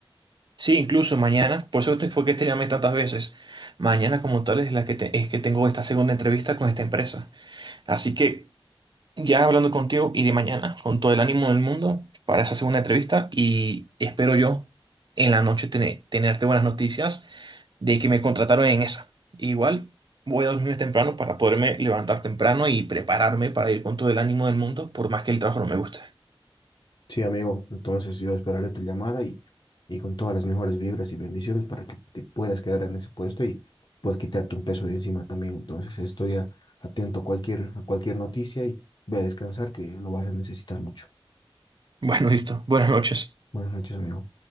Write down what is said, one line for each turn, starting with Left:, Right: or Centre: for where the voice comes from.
Right: Sí, incluso mañana, por eso te, fue que te llamé tantas veces. Mañana como tal es la que te- es que tengo esta segunda entrevista con esta empresa. Así que ya hablando contigo iré mañana con todo el ánimo del mundo para esa segunda entrevista y espero yo en la noche tener, tenerte buenas noticias de que me contrataron en esa. Igual voy a dormir temprano para poderme levantar temprano y prepararme para ir con todo el ánimo del mundo por más que el trabajo no me guste.
Left: Sí, amigo, entonces yo esperaré tu llamada y, y con todas las mejores vibras y bendiciones para que te puedas quedar en ese puesto y puedas quitarte un peso de encima también. Entonces estoy a- atento a cualquier, a cualquier noticia y ve a descansar que lo vas a necesitar mucho.
Right: Bueno, listo. Buenas noches.
Left: Buenas noches, amigo.